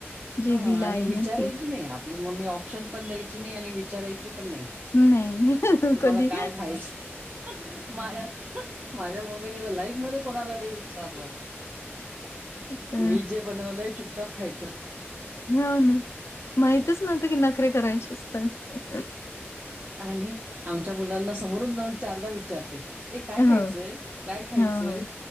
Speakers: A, on the left (about 75°); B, on the right (about 35°).
A: जे
B: ह
A: दिलं
B: आणि
A: आईने
B: विचारायची
A: ते.
B: नाही आपली मम्मी ऑप्शन पण द्यायची नाही आणि वि विचारायची पण नाही
A: नाही.
B: तुम्हाला
A: कधी
B: काय खायचं माझ्या माझ्या मम्मीने तर लाईफ मध्ये कोणाला नाही विचारल
A: अ,
B: मी जे बनवलंय चुपचाप खायचं.
A: हो ना माहितच नव्हतं की नखरे करायचे असतात.
B: आणि आमच्या मुलांना समोरून जाऊन चारदा विचारते. ए काय
A: हो.
B: खायचंय काय खायचंय
A: हो, हो.